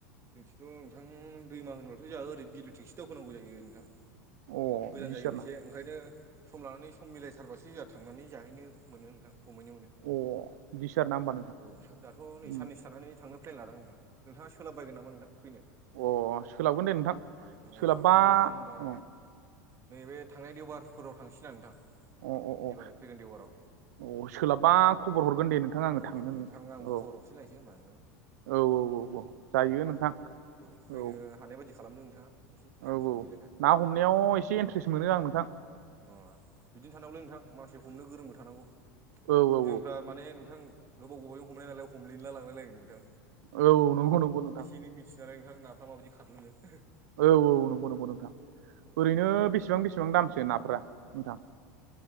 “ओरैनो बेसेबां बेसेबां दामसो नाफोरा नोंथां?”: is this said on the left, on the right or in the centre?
Right